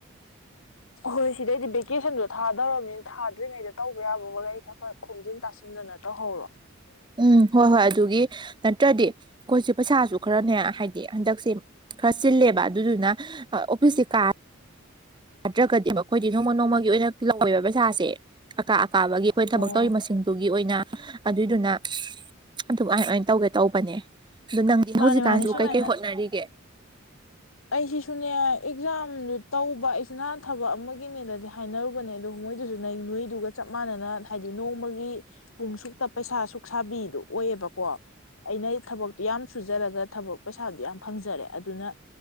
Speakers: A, on the left; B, on the right.
A: ꯍꯣꯏ ꯁꯤꯗꯩꯗꯤ ꯚꯦꯀꯦꯁꯟꯗꯣ ꯊꯥꯗꯧꯔꯕꯅꯤꯅ ꯊꯥꯗ꯭ꯔꯤꯉꯩꯗ ꯇꯧꯕ ꯌꯥꯕꯃꯈꯩ ꯈꯔ ꯈꯔ ꯈꯣꯝꯖꯤꯟ ꯇꯥꯁꯤꯟꯗꯅ ꯁꯤꯟꯗꯅ ꯇꯧꯍꯧꯔꯣ ꯎꯝ
B: ꯎꯝ ꯍꯣꯏ ꯍꯣꯏ ꯑꯗꯨꯒꯤ ꯅꯠꯇ꯭ꯔꯗꯤ ꯑꯩꯈꯣꯏꯁꯦ ꯄꯩꯁꯥꯁꯨ ꯈꯔꯅꯦ ꯍꯥꯏꯗꯤ ꯍꯟꯗꯛꯁꯦ ꯈꯔ ꯆꯤꯜꯂꯦꯕ ꯑꯗꯨꯗꯨꯅ ꯑꯣꯐꯤꯁꯁꯦ ꯀꯥ ꯅꯠꯇ꯭ꯔꯒꯗꯤꯕ ꯑꯩꯈꯣꯏꯗꯤ ꯅꯣꯡꯃ ꯅꯣꯡꯃꯒꯤ ꯑꯣꯏꯅ ꯂꯧꯋꯦꯕ ꯄꯩꯁꯥꯁꯦ ꯑꯀꯥ ꯑꯀꯥꯕꯒꯤ ꯑꯩꯈꯣꯏꯅ ꯊꯕꯛ
A: ꯑꯣ
B: ꯇꯧꯔꯤ ꯃꯁꯤꯡꯗꯨꯒꯤ ꯑꯣꯏꯅ ꯑꯗꯨꯏꯗꯨꯅ ꯑꯗꯨꯃꯥꯏꯅ ꯑꯣꯏꯅ ꯇꯧꯒꯦ ꯇꯧꯕꯅꯦ ꯑꯗꯣ ꯅꯪꯗꯤ
A: ꯃꯥꯅꯤ
B: ꯍꯧꯖꯤꯛꯀꯥꯟꯁꯤ
A: ꯃꯥꯅꯤ ꯁꯨꯃꯥꯏꯅ
B: ꯀꯩ ꯀꯩ ꯍꯣꯠꯅꯔꯤꯒꯦ
A: ꯑꯩꯁꯤꯁꯨꯅꯦ ꯑꯦꯛꯖꯥꯝꯗꯨ ꯇꯧꯕ ꯑꯩꯁꯤꯅ ꯅꯍꯥꯟ ꯊꯕꯛ ꯑꯃꯒꯤꯅꯦꯗꯗꯤ ꯍꯥꯏꯅꯔꯨꯕꯅꯦ ꯑꯗꯨ ꯃꯣꯏꯗꯨꯁꯨ ꯅꯣꯏ ꯅꯣꯏꯗꯨꯒ ꯆꯞ ꯃꯥꯟꯅꯅ ꯍꯥꯏꯗꯤ ꯅꯣꯡꯃꯒꯤ ꯄꯨꯡ ꯁꯨꯛꯇ ꯄꯩꯁꯥ ꯁꯨꯛꯁꯕꯤꯗꯣ ꯑꯣꯏꯌꯦꯕꯀꯣ ꯑꯩꯅ ꯑꯩ ꯊꯕꯛꯇꯣ ꯌꯥꯝ ꯁꯨꯖꯔꯒ ꯊꯕꯛ ꯄꯩꯁꯥꯗꯨ ꯌꯥꯝ ꯐꯪꯖꯔꯦ ꯑꯗꯨꯅ